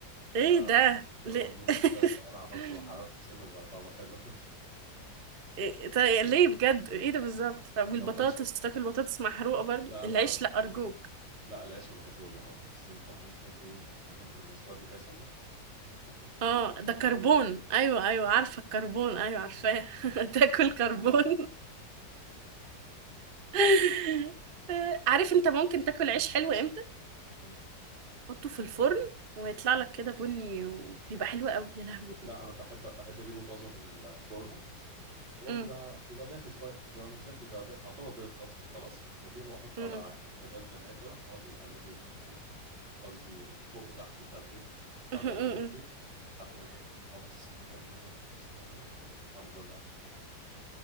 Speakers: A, on the right; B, on the right.
A: ايه
B: آه
A: ده ليه
B: غنوج
A: <laughs>
B: مثلا لو انا عملته وحرقته سنه بقى طعمه حلو
A: إيه طيب يعني ليه بجد ايه ده بالظبط
B: <laughs>
A: طب والبطاطس
B: لو عيش و...
A: تاكل بطاطس محروقه برضو
B: لا
A: العيش
B: لا مش
A: لا ارجوك
B: بالضبط. لا العيش انا بحبه يبقى واخد السنه بتاع حميسه كده في ايه عارفه انت لما يسود كده سنه <laughs>
A: اه ده كربون ايوه ايوه عارفه الكربون ايوه عارفاه <laughs> تاكل كربون <laughs> آه، عارف انت ممكن تاكل عيش حلو امتى
B: مم.
A: حطه في الفرن ويطلع لك كده بني وبيبقى حلو قوي يا لهوي
B: لا انا بحب بحب اجيبه طازه من الفرن وهو
A: أم،
B: بيبقى بيبقى دافي شويه بيبقى مش دافي بيبقى بق- يعتبر بيض اصلا خلاص بجيبه واحطه
A: أم،
B: على عين بوتاجاز زي ما هي كده واقعد إيه اقلبه يمين وشمال يعني قصدي فوق وتحت ومش عارف ايه اقعد
A: أم،
B: اقلبه
A: أم،
B: مم.
A: أم.
B: كتير لحد ما ايه يتحمص سنه كده من هنا ويتحمص سنه من هنا بقى طعمه جامد قوي